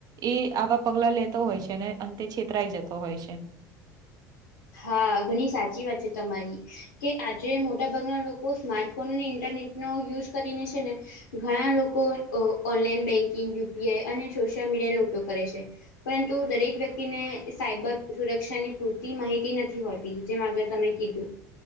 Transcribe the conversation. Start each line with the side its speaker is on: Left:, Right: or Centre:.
Right: એ આવા પગલા લેતો હોય છે ને અંતે છેતરાઈ જતો હોય છે.
Left: હા ઘણી સાચી વાત છે તમારી કે આજે મોટાભાગના લોકો સ્માર્ટફોન અને ઇન્ટરનેટ નો યુઝ કરીને છે ને ઘણા લોકો online banking U P I અને સોશિયલ મીડિયાનો ઉપયોગ કરે છે. પરંતુ દરેક વ્યક્તિને સાયબર સુરક્ષાની પૂરતી માહિ તી નથી હોતી જેમ આગળ તમે કીધું.